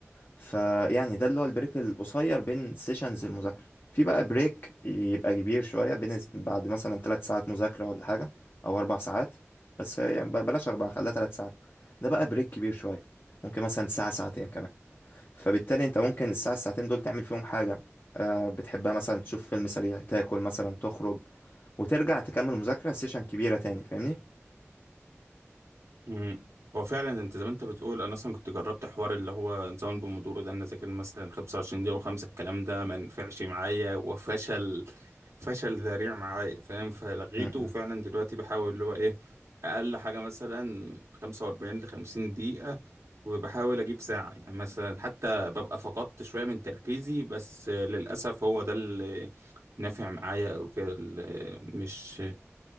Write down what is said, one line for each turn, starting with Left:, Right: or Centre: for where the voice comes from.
Left: فيعني ده اللي هو البريك القصير بين سيشنز المذاكرة في بقى بريك يبقى كبير شوية بين بعد مثلا ثلاث ساعات مذاكرة ولا حاجة أو أربع ساعات بس يعني ب- بلاش أربعة خليها ثلاث ساعات ده بقى بريك كبير شوية ممكن مثلا ساعة ساعتين كمان فبالتالي أنت ممكن الساعة الساعتين دول تعمل فيهم حاجة آه، بتحبها مثلا تشوف فيلم سريع تاكل مثلا تخرج وترجع تكمل مذاكرة سيشن كبيرة تاني فاهمني؟
Right: مم. هو فعلا انت زي ما انت بتقول انا اصلا كنت جربت حوار اللي هو نظام البومودورو ده ان أنا اذاكر مثلا 25 دقيقه وخمسه الكلام ده ما نفعش معايا وفشل فشل ذريع معايا فاهم فلغيته
Left: م-
Right: وفعلا
Left: م-
Right: دلوقتي بحاول اللي هو ايه اقل حاجه مثلا 45 ل 50 دقيقه وبحاول اجيب ساعه يعني مثلا حتى ببقى فقدت شويه من تركيزي بس للاسف هو ده اللي نافع معايا او كده اللي مش